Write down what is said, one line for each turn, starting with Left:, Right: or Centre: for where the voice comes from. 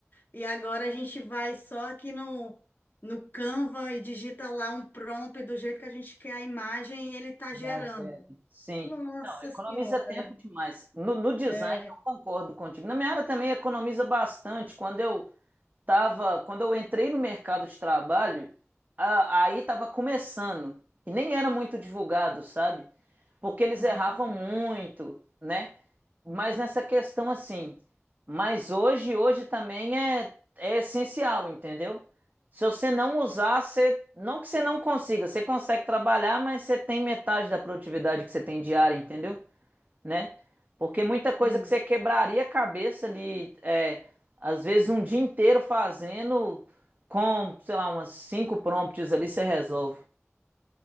Left: E agora a gente vai só aqui no, no Canva e digita lá um prompt do jeito que a gente quer a imagem e ele está
Right: Já
Left: gerando.
Right: as veras. Sim.
Left: Nossa
Right: Não, economiza
Left: Senhora!
Right: tempo demais. No, no design
Left: É,
Right: eu concordo contigo. Na minha área também economiza bastante. Quando eu tava, quando eu entrei no mercado de trabalho, a- aí estava começando e nem era muito divulgado, sabe? porque eles
Left: uhum,
Right: erravam muito, né? Mas nessa questão assim, mas hoje, hoje também é, é essencial, entendeu? Se você não usar, você, não que você não consiga, você consegue trabalhar, mas você tem metade da produtividade que você tem diária, entendeu? Né? Porque muita coisa
Left: sim.
Right: que você quebraria a cabeça ali, é, às vezes um dia inteiro fazendo, com, sei lá, umas cinco prompts ali, você resolve,